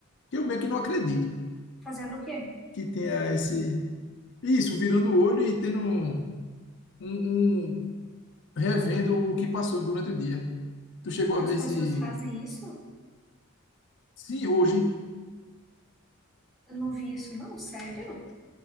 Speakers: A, on the left; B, in the centre.
A: que eu meio que não acredito
B: Fazendo o quê?
A: que tenha esse. Isso, virando o olho e tendo um, um- um- revendo o que passou durante o dia. Tu chegou a
B: As
A: ver
B: pessoas
A: esse.
B: fazem isso?
A: Sim, hoje.
B: Eu não vi isso, não, sério?